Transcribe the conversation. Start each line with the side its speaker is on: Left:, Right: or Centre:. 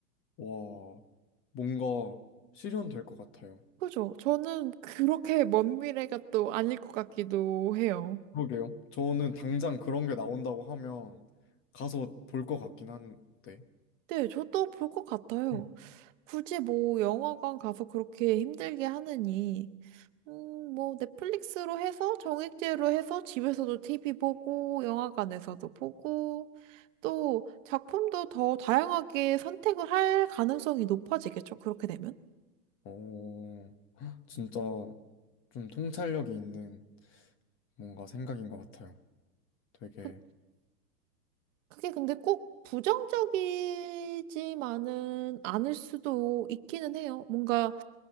Left: 와, 뭔가 실현될 것 같아요.
Right: 그죠? 저는 그렇게 먼 미래가 또 아닐 것 같기도 해요.
Left: 그러게요. 저는 당장 그런 게 나온다고 하면 가서 볼 것 같긴 한데.
Right: 네, 저도 볼 것 같아요.
Left: 음.
Right: 굳이 뭐 영화관 가서 그렇게 힘들게 하느니, 음, 뭐 넷플릭스로 해서 정액제로 해서 집에서도 TV 보고 영화관에서도 보고 또 작품도 더 다양하게 선택을 할 가능성이 높아지겠죠. 그렇게 되면.
Left: 오 어, 진짜 좀 통찰력이 있는 뭔가 생각인 것 같아요. 되게.
Right: 그- 그게 근데 꼭 부정적이지만은 않을 수도 있기는 해요. 뭔가,